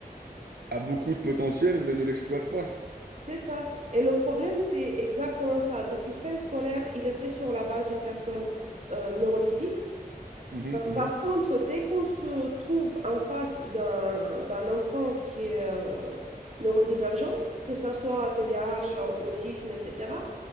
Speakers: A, on the right; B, on the right.
A: a beaucoup de potentiel, mais ne l'exploitent pas.
B: C'est ça. Et le problème, c'est exactement ça. Le système scolaire, il est fait sur la base d'une personne euh, neurotypique
A: Mhm, mhm.
B: Par contre, dès qu'on se trouve en face d'un d'un enfant qui est euh, neurodivergent, que ce soit TDAH, autisme, etc.,